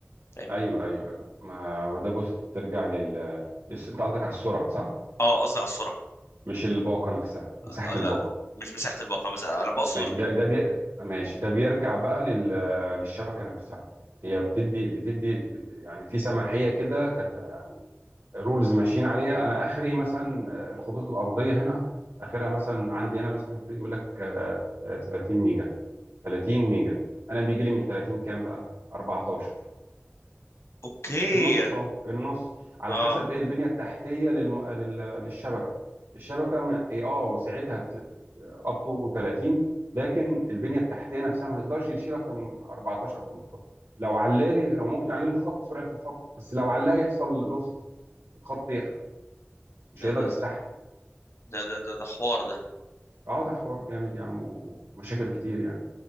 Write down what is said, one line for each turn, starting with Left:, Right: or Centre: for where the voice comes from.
Left: فاهمني
Right: ايوه ايوه ما ما ده بص بترجع لل الس- انت قصدك على السرعه صح
Left: اه قصدي على السرعه
Right: مش الباقه نفسها مساحه
Left: آه، لا
Right: الباقه
Left: مش مساحه الباقه مثلا انا بقصد
Right: ماشي
Left: ال...
Right: ده
Left: ال-
Right: ده بي... ماشي ده بيرجع بقى لل... للشبكه نفسها هي بتدي بتدي بت... يعني في سماحيه كده ك... يعني رولز ماشيين عليها انا اخري مثلا آه، الخطوط الارضيه هنا اخرها مثلا عندي هنا مثلا في البيت يقول لك آه، آه، 30 ميجا 30 ميجا انا بيجي لي من 30 كام بقى 14
Left: اوكي
Right: النص اهو النص على
Left: اه
Right: حسب ايه البنيه التحتيه للم... لل... للشبكه الشبكه م- هي اه وسعتها اب تو 30 لكن البنيه التحتيه نفسها ما تقدرش تشيل اكتر من 14 او 15 لو علالي او ممكن يعلي الخط سرعه الخط بس لو علاه يحصل لوسز الخط يح- مش
Left: ده
Right: هيقدر
Left: ده
Right: يستحمل
Left: ده ده ده, ده حوار ده
Right: اه ده حوار جامد يا عم ومشاكل كتير يعني